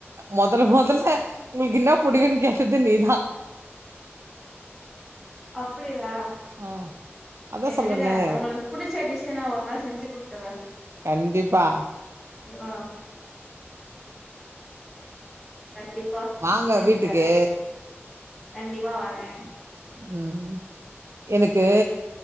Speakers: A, on the right (about 70°); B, in the centre.
A: மொதல் மொதல்ல உங்களுக்கு என்னா புடிக்குனு கேட்டது நீதா
B: அப்டியா
A: ஆ அதா
B: சேரி
A: சொல்றனே
B: விடுங்க உங்களு புடிச்ச டிஷ நா ஒரு நாள் செஞ்சு குடுத்தர்ற
A: கண்டிப்பா
B: வா கண்டிப்பா
A: வாங்க
B: செஞ்சு
A: வீட்டுக்கு
B: தர கண்டிப்பா வர
A: ம் எனக்கு